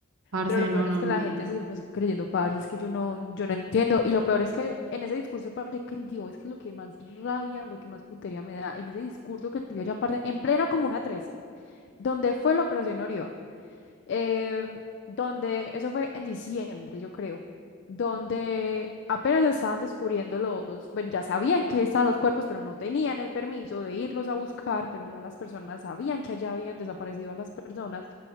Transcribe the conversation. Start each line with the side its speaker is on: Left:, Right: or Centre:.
Right: Parce,
Left: Pero lo
Right: no,
Left: peor
Right: no,
Left: es que
Right: no.
Left: la gente se lo sigue creyendo, parce, es que yo no, yo no entiendo. Y lo peor es que en ese discurso, parce, que el tío es que lo que más rabia, lo que más putería me da, en ese discurso que el tío ya parte, en plena Comuna 13, donde fue la Operación Orión, eh, donde, eso fue en diciembre, yo creo, donde apenas estaban descubriendo los, bueno, ya sabían que ahí estaban los cuerpos, pero no tenían el permiso de irlos a buscar, pero ya las personas sabían que allá habían desaparecido a las personas